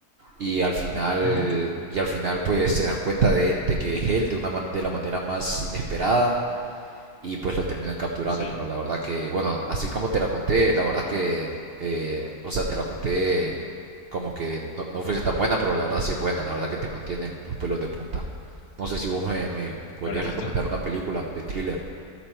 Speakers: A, on the right; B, on the left.
A: y al final
B: mm, ah.
A: y al final pues se dan cuenta de, de que es él de una man- de la manera más inesperada y pues lo terminan capturando
B: sí.
A: pero la verdad que bueno así como te la conté la verdad que
B: uh.
A: eh, o sea te la conté como que no, no fuese tan buena pero la verdad sí es buena la verdad que te mantiene los pelos de punta no sé si vos me, me podrías
B: Bueno, si
A: recomendar
B: tú-
A: una película de thriller